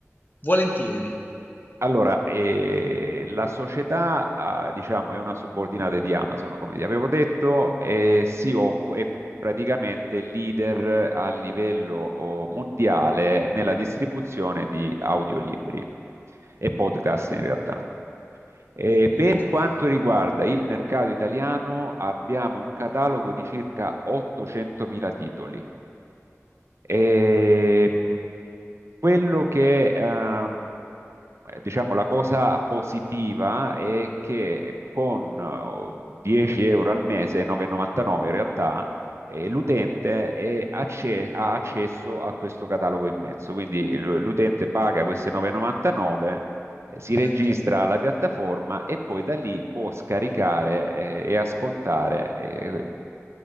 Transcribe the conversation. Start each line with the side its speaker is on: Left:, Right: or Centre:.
Left: volentieri,
Right: Allora, eh, la società, ah, diciamo, è una subordinata di Amazon, come vi avevo detto, e si occu- è praticamente leader a livello oh, mondiale nella distribuzione di audiolibri e podcast in realtà. Eh,
Left: Mo- molto
Right: per quanto
Left: bene,
Right: riguarda il mercato italiano, abbiamo un catalogo di circa 800.000 titoli. Ehm, quello che ehm, eh, diciamo, la cosa positiva è che con eh, 10 euro al mese, 9,99 in realtà, eh, l'utente è acce- ha accesso a questo catalogo immenso. Quindi l- l'utente paga queste 9,99, eh, si
Left: certo,
Right: registra alla piattaforma e poi da lì può scaricare, eh, e ascoltare. eh,